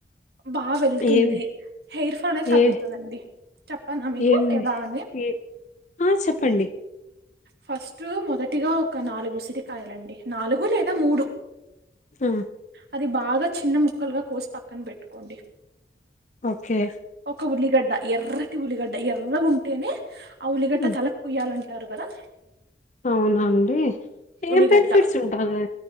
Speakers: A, on the right; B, on the left.
A: బాగ్ వెళ్తుంది.
B: ఏమి
A: హెయిర్ ఫాల్ నే తగ్గుతుందండి,
B: ఏ
A: చెప్పనా మీకు
B: ఏమి
A: ఎలా అని
B: ఏ ఆ చెప్పండి
A: ఫస్టు మొదటిగా ఒక నాలుగు ఉసిరికాయలండి నాలుగు లేదా మూడు
B: ఆ
A: అది బాగ చిన్న ముక్కల్గా కోసి పక్కన్ బెట్టుకోండి.
B: ఓకే
A: ఒక ఉల్లిగడ్డ ఎర్రటి ఉల్లిగడ్డ ఎర్రగున్ టేనే ఆ ఉల్లిగడ్డ
B: ఉమ్,
A: తలక్ పూయాలండి. టారు గదా
B: అవునా అండి
A: ఉల్లిగడ్డ
B: ఏం బెనిఫిట్స్ ఉంటాయ్